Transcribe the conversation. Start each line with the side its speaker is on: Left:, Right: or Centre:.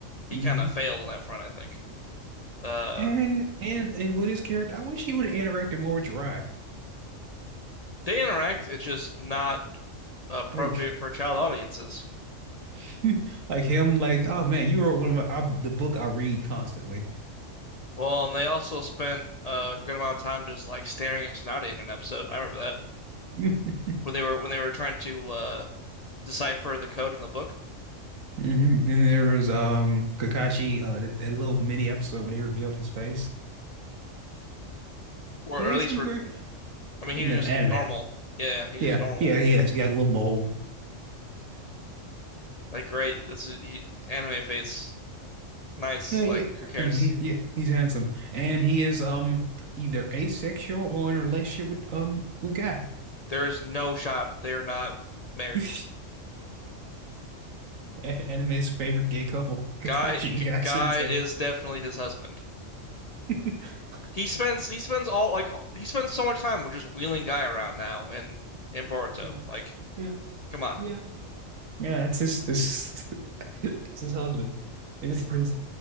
Left: He
Right: hmm
Left: kind of failed on that front, I think. Uh,
Right: And and and with his character, I wish he would have interacted more with Jiraiya.
Left: they interact, it's just not appropriate
Right: Like
Left: for child audiences.
Right: <laughs> like him, like, oh man, you wrote one of my I, the book I read constantly.
Left: Well, and they also spent a good amount of time just like staring at Tsunade in an episode. I remember that
Right: <laughs>
Left: when they were when they were trying to uh, decipher the code in the book,
Right: Mhm. Then there was um Kakashi, uh that, that little mini episode where they revealed his face.
Left: or,
Right: He has
Left: or at least
Right: some
Left: were.
Right: great
Left: I mean,
Right: in
Left: he was
Right: the
Left: just
Right: anime.
Left: normal. Yeah, he was
Right: Yeah,
Left: just normal.
Right: yeah, he has. He has a little mole.
Left: Like, great, this is he, anime face. Nice.
Right: Yeah, yeah.
Left: Like, who cares?
Right: I mean he yeah, he's handsome. And he is um either asexual or in a relationship with um with Guy.
Left: There is no shot they are not married.
Right: <laughs> Anime's favorite gay couple, <laughs> Kakashi
Left: Guy,
Right: and
Left: G
Right: Guy
Left: Guy
Right: Sensei.
Left: is definitely his husband.
Right: <laughs>
Left: He spends he spends all like all, he spends so much time with just wheeling Guy around now in in Boruto.
Right: Yeah,
Left: Like,
Right: yeah,
Left: come on
Right: yeah, yeah. It's his, his, <laughs> it's his husband. It's his,